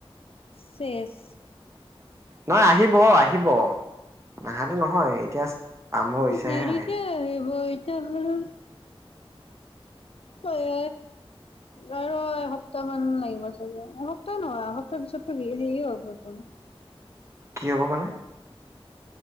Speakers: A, on the left (about 75°); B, on the right (about 30°).
A: চেচ
B: এ আহিব আহিব নাহাটো নহয় এতিয়া আৰম্ভ হৈছেহে
A: দেৰিকে
B: আহি
A: আহ বই তে বোৰ এ আৰু এসপ্তাহ মান লাগিব চাগে এসপ্তাহ নহয় এসপ্তাহ পিছতো হেৰিয়ে হবচোন
B: কি হব মানে